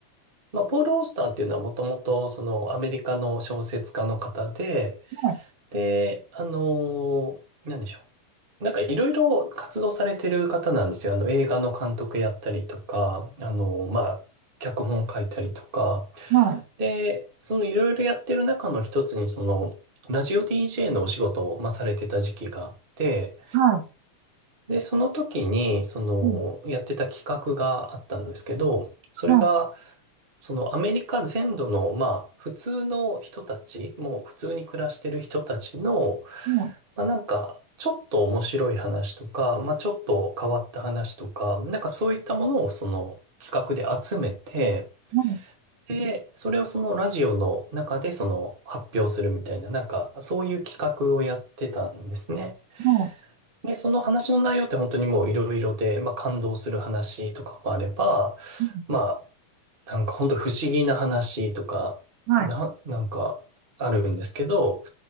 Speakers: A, on the right; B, on the right.
A: まあ、ポール・オースターっていうのはもともと、その、アメリカの小説家の方で、
B: はい。
A: で、あの、なんでしょう。なんかいろいろ活動されてる方なんですよ。あの、映画の監督やったりとか、あの、まあ、脚本書いたりとか。
B: はい。
A: で、そのいろいろやってる中の一つに、その、ラジオ DJ のお仕事を、まあ、されてた時期があって、
B: は
A: で、その時に、その、
B: い。うん。
A: やってた企画があったんですけど、それが、
B: は
A: そのアメリカ全土の、まあ、普通の人たち、もう普通に暮らしてる人たちの、
B: い。はい。
A: まあ、なんか、ちょっと面白い話とか、まあ、ちょっと変わった話とか、なんかそういったものをその企画で集めて、
B: はい。
A: で、それをそのラジオの中でその発表するみたいな、なんかそういう企画をやってたんですね。
B: はい。
A: で、その話の内容って本当にもういろいろで、まあ感動する話とかもあれば、
B: うん
A: まあなんかほんと不思議な話とか、
B: はい
A: な、なんかあるんですけど、